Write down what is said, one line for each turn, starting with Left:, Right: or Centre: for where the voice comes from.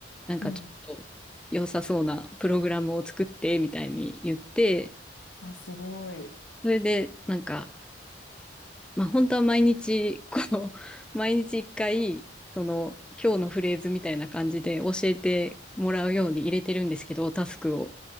Centre: なんかちょっと良さそうなプログラムを作ってみたいに言って、
Left: うん。あ、すごい。
Centre: それでなんか、まあ本当は毎日、こう、<laughs> 毎日一回、その今日のフレーズみたいな感じで教えてもらうように入れてるんですけど、タスクを。